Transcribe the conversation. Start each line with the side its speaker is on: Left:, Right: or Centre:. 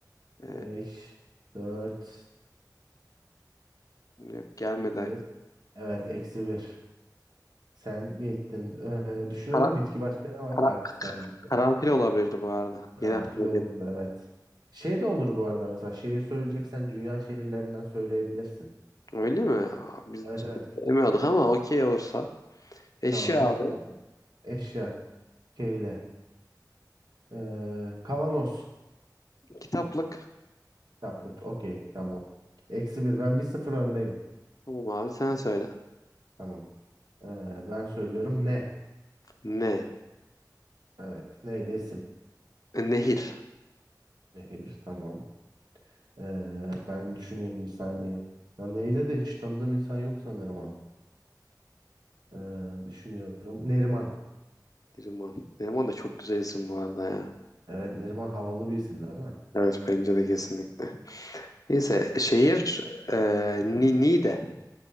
Left: Ee,
Right: 5, 4,
Left: yok gelmedi.
Right: 1.
Left: aklıma.
Right: Evet eksi bir. Sen gittin. Ee, düşünelim
Left: Kara,
Right: bitki başka ne var?
Left: kara-
Right: Kaktüsten başka.
Left: karanfil olabilirdi bu arada.
Right: Karanfil
Left: Yine aklıma
Right: olurdu
Left: geldi.
Right: evet. Şey de olur bu arada mesela şehir söyleyeceksen dünya şehirlerinden söyleyebilirsin.
Left: Öyle mi? Aa, Biz
Right: Evet evet.
Left: emiyorduk ama okey olursa. Eşya
Right: Tamam bitki
Left: abi.
Right: nakli. Eşya. Keyle. Ee, kavanoz.
Left: Kitaplık.
Right: Kitaplık. Okey tamam. Eksi bir. Ben bir sıfır öndeyim.
Left: Tamam abi sen söyle.
Right: Tamam. Ee, ben söylüyorum ne?
Left: Ne?
Right: Evet. Neyle isim?
Left: Nehir.
Right: Nehir. Tamam. Ee, ben düşüneyim bir saniye. Ya neyle de hiç tanıdığım insan yok sanırım ha. Ee, düşünüyorum. Neriman.
Left: Neriman. Neriman da çok güzel isim bu arada ya.
Right: Evet Neriman havalı bir isim değil mi?
Left: Evet bence de kesinlikle. Neyse şehir e, Ni Niğde.